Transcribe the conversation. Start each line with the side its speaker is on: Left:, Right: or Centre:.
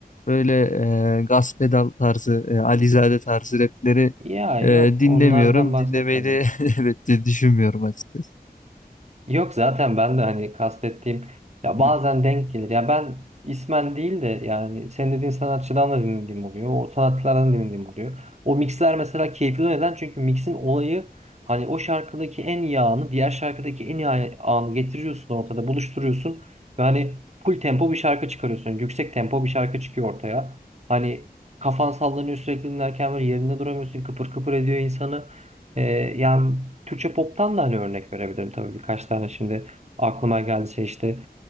Left: böyle e, gaz pedal tarzı, e, Alizade tarzı rapleri
Right: Ya yok
Left: e, dinlemiyorum.
Right: onlardan bahsetmedim.
Left: Dinlemeyi de <laughs> evet de düşünmüyorum açıkçası.
Right: Yok zaten ben de hani kastettiğim ya bazen
Left: Hı,
Right: denk gelir. Ya ben ismen değil de yani senin dediğin sanatçıdan da dinlediğim oluyor. O sanatçılardan dinlediğim oluyor. O mixler mesela keyifli neden? Çünkü mixin olayı hani o şarkıdaki en iyi anı diğer şarkıdaki en iyi anı getiriyorsun ortada buluşturuyorsun. Yani full tempo bir şarkı çıkarıyorsun. Yani Yüksek tempo bir şarkı çıkıyor ortaya. Hani kafan sallanıyor sürekli dinlerken böyle yerinde duramıyorsun. Kıpır kıpır ediyor insanı. Ee, yani Türkçe pop'tan da hani örnek verebilirim tabii birkaç tane şimdi aklıma geldi şey işte